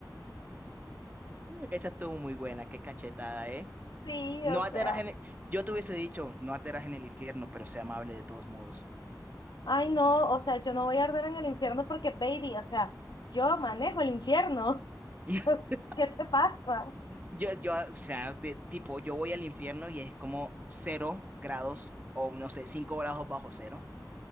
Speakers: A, on the right; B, on the left.
A: Esa estuvo muy buena, qué cachetada, ¿eh?
B: Sí,
A: No
B: o
A: arderás
B: sea,
A: en el... Yo te hubiese dicho, no arderás en el infierno, pero sea amable de todos modos.
B: ay no, o sea, yo no voy a arder en el infierno porque, baby, o sea, yo manejo el infierno. <laughs>
A: <laughs>
B: O sea, ¿Qué te pasa?
A: Yo, yo, o sea, de tipo, yo voy al infierno y es como cero grados o no sé, cinco grados bajo cero.